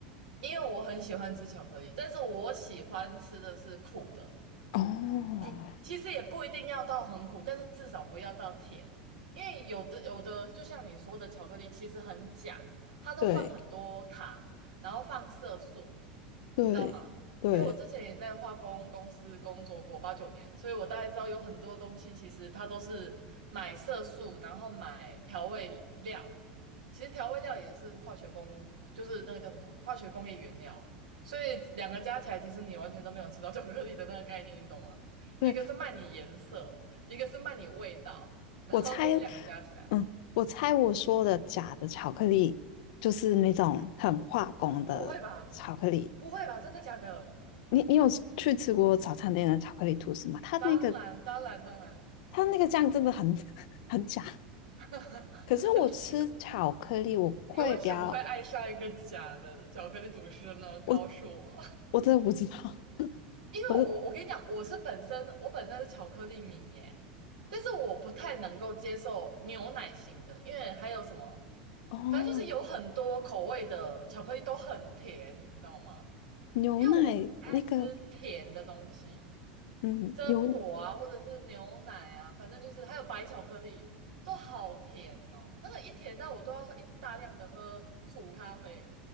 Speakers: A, on the right; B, on the left.
A: 因为我很喜欢吃巧克力，但是我喜欢吃的是苦的。
B: 哦，
A: 不，其实也不一定要到很苦，但是至少不要到甜，因为有的有的就像你说的，巧克力其实很假，它都放很多糖，
B: 对
A: 然后放色素，
B: 对对。
A: 你知道吗？因为我之前也在化工公司工作过八九年，所以我大概知道有很多东西其实它都是买色素，然后买调味料，其实调味料也是化学工，就是那个叫什么化学工业原料啊，所以两个加起来，其实你完全都没有吃到巧克力的那个概念，你懂吗？
B: 对，
A: 一个是卖你颜色，一个是卖你味道，然后就是两个加起来，
B: 我猜，嗯，我猜我说的假的巧克力就是那种很化工的巧克力。
A: 不会吧？不会吧？真的假的？
B: 你你有去吃过早餐店的巧克力吐司吗？它那个
A: 当然，当然，当然，
B: 它那个酱真的很 <laughs> 很假。
A: <laughs>
B: 可是我吃巧克力，
A: 很假。
B: 我会比较，
A: 你为什么会爱上一个假的巧克力吐司呢？
B: 我
A: 告诉我，
B: 我真的不知道，
A: <laughs> 因为我我跟你讲，
B: 我的
A: 我是本身我本身是巧克力迷耶，但是我不太能够接受牛奶型的，因为还有什么，
B: 哦，
A: 反正就是有很多口味的巧克力都很甜，你知道吗？
B: 牛奶那个，
A: 因为我不太爱吃甜的东西，
B: 嗯，
A: 榛果啊，
B: 牛
A: 或者是牛奶啊，反正就是还有白巧克力，都好甜哦。那个一甜到我都要一直大量的喝苦咖啡，